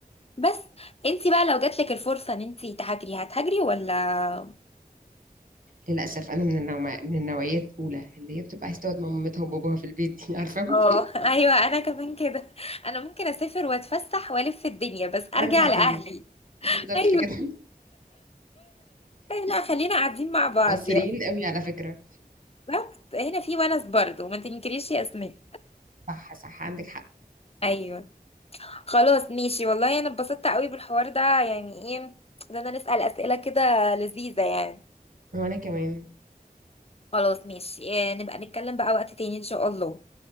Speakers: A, on the left (about 40°); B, on the right (about 60°).
A: بس انتي بقى لو جاتلك الفرصة ان انتي تهاجري هتهاجري ولا
B: للاسف انا من النوع من النوعيه الاولى اللي هي بتبقى عايزه تقعد مع مامتها وباباها في البيت دي <laughs> عارفه
A: اه <laughs> ايوه انا كمان كده انا ممكن اسافر واتفسح والف في الدنيا بس ارجع
B: وارجع
A: لاهلي
B: تاني بالظبط
A: ايوه
B: كده <laughs>
A: لا خلينا قاعدين مع بعض
B: مصريين
A: يعني
B: قوي على فكره
A: بالظبط هنا في ونس برضه ما تنكريش يا اسماء
B: صح صح عندك حق
A: ايوه خلاص ماشي والله انا اتبسطت قوي بالحوار ده يعني ايه ده انا نسأل اسئله كده لذيذه يعني
B: وانا كمان
A: خلاص ماشي إيه، نبقى نتكلم بقى وقت تاني ان شاء الله